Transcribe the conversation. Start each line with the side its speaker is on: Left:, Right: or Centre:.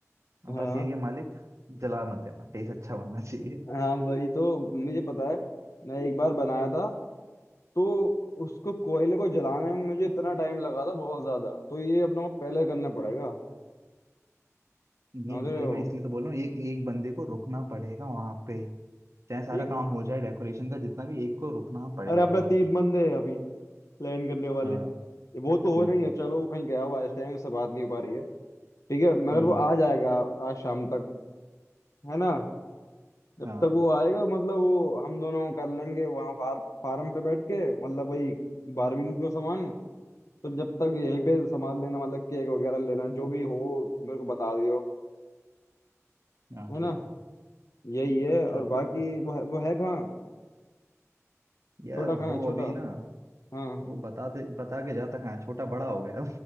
Left: हाँ
Right: बस यही है मालिक जला मत देना टेस्ट अच्छा बनना चाहिए
Left: हाँ वही तो मुझे पता है मैं एक बार बनाया था तो उसको कोयले को जलाने में मुझे इतना टाइम लगा था बहुत ज्यादा तो ये अपना को पहले करना पड़ेगा समझ
Right: ये
Left: रहे
Right: भाई
Left: हो
Right: मैं इसलिए तो बोल रहा हूँ एक एक बंदे को रुकना पड़ेगा वहां पे चाहे सारा
Left: एक
Right: काम हो जाए डेकोरेशन का जितना भी एक को रुकना पड़ेगा
Left: अरे अपना तीन बंदे हैं अभी प्लान करने वाले
Right: हाँ
Left: वो तो
Right: हम्म।
Left: हो नहीं है चलो वो कहीं गया हुआ है इस टाइम से बात नहीं हो पा रही है ठीक है मगर
Right: हम्म
Left: वो आ जाएगा आज शाम तक है ना जब
Right: हाँ
Left: तक वो आएगा मतलब वो हम दोनों कर लेंगे वहाँ फार, फार्म पे बैठ के मतलब वही बारबेक्यू का सामान तो जब तक यहीं पे संभाल लेना मतलब केक वगैरह लेना जो भी हो मेरे को बता दियो
Right: हाँ
Left: है ना
Right: ठीक है
Left: यही है और
Right: चलो
Left: बाकी
Right: बस
Left: वो है, वो है कहाँ
Right: यार
Left: छोटा
Right: वो
Left: कहाँ है छोटा
Right: अभी ना
Left: हाँ
Right: वो बताते बता के जाता कहाँ है? छोटा बड़ा हो गया <laughs>